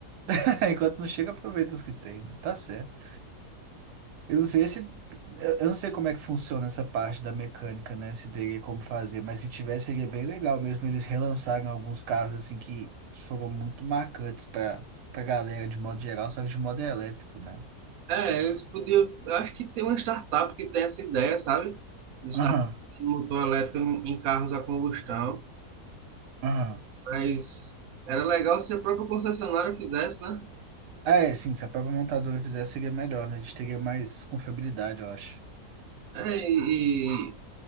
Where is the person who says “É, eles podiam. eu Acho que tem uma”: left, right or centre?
Right